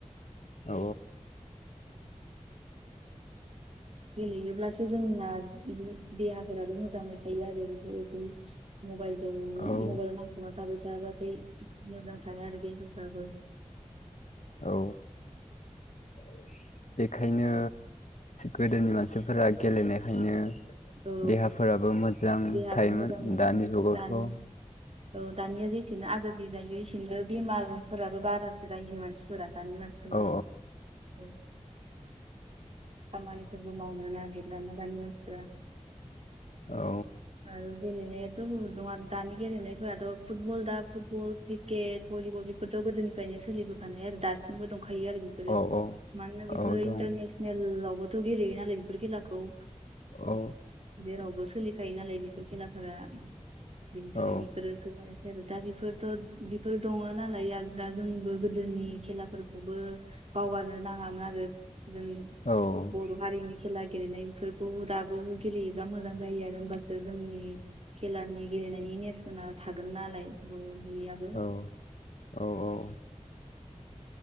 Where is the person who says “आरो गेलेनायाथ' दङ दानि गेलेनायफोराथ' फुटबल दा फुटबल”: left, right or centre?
Right